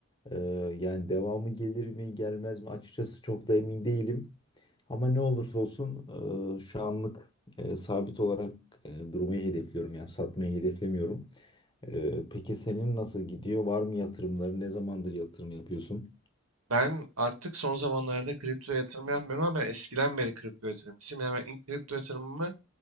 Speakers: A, on the left; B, on the right.
A: e, yani devamı gelir mi gelmez mi açıkçası çok da emin değilim. Ama ne olursa olsun e, şu anlık e, sabit olarak e, durmayı hedefliyorum yani satmayı hedeflemiyorum. E, peki senin nasıl gidiyor? Var mı yatırımları? Ne zamandır yatırım yapıyorsun?
B: Ben artık son zamanlarda kriptoya yatırım yapmıyorum ama ben eskiden beri kripto yatırımcısıyım. Yani ben ilk kripto yatırımımı